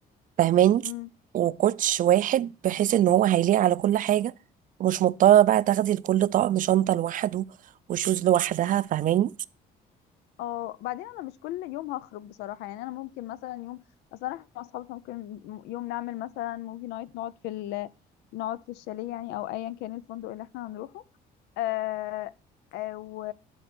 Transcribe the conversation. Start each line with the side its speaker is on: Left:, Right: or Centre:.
Right: فاهماني
Left: مم.
Right: وكوتش واحد بحيث ان هو هيليق على كل حاجه ومش مضطره بقى تاخدي لكل طقم شنطه لوحده وشوز لوحدها فاهماني
Left: اه بعدين انا مش كل يوم هخرج بصراحه يعني انا ممكن مثلا يوم مثلا احنا مع اصحابي ممكن يوم نعمل مثلا موفي نايت نقعد في ال... نقعد في الشاليه يعني او ايا كان الفندق اللي احنا هنروحه آه او